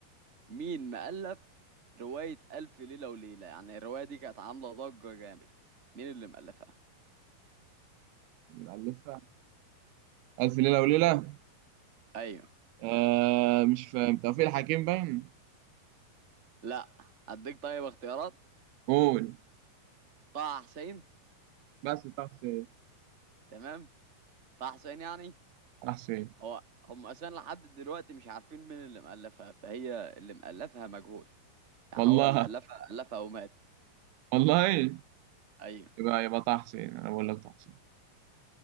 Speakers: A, on the right (about 20°); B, on the right (about 80°).
A: مين مؤلف روايه الف ليله وليله يعني الروايه دي كانت عامله ضجه جامد مين اللي مؤلفها
B: يبقى ألفها. الف ليله وليله
A: ايوه
B: آه مش فاهم توفيق الحكيم باين
A: لا اديك طيب اختيارات
B: قول
A: طه حسين
B: بس طه حسين
A: تمام طه حسين يعني
B: طه حسين
A: هو هم اصلا لحد دلوقتي مش عارفين مين اللي مألفها فهي اللي مألفها مجهول يعني
B: والله
A: هو اللي ألفها ألفها ومات
B: والله
A: ايوه
B: يبقى يبقى طه حسين انا بقول لك طه حسين